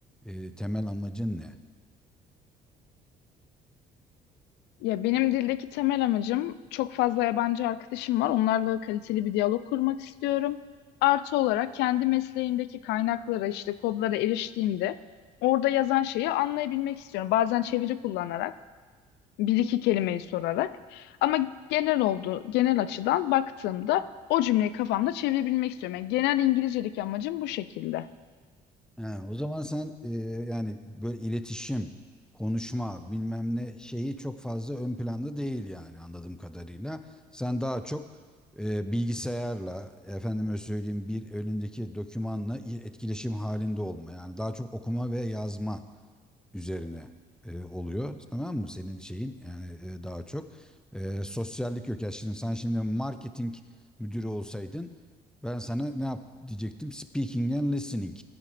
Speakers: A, in the centre; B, on the left.
A: e, temel amacın ne?
B: Ya benim dildeki temel amacım çok fazla yabancı arkadaşım var. Onlarla kaliteli bir diyalog kurmak istiyorum. Artı olarak kendi mesleğimdeki kaynaklara işte kodlara eriştiğimde orada yazan şeyi anlayabilmek istiyorum. Bazen çeviri kullanarak, bir iki kelimeyi sorarak ama genel oldu, genel açıdan baktığımda o cümleyi kafamda çevirebilmek istiyorum. Yani genel İngilizce'deki amacım bu şekilde.
A: He, o zaman sen e, yani böyle iletişim, konuşma, bilmem ne şeyi çok fazla ön planda değil yani anladığım kadarıyla. Sen daha çok e, bilgisayarla, efendime söyleyeyim bir önündeki dokümanla i- etkileşim halinde olma. Yani daha çok okuma ve yazma üzerine e, oluyor. Tamam mı? Senin şeyin yani e, daha çok e, sosyallik yok. Ya şimdi sen şimdi marketing müdürü olsaydın ben sana ne yap diyecektim? Speaking and listening